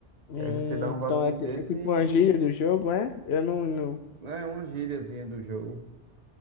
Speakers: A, on the left; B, on the right.
A: Hum,
B: E aí você dá um
A: Então
B: vacilo
A: é, ti-
B: desse
A: é tipo
B: e
A: uma gíria do jogo, é? Eu não, não
B: É uma gíriazinha do jogo.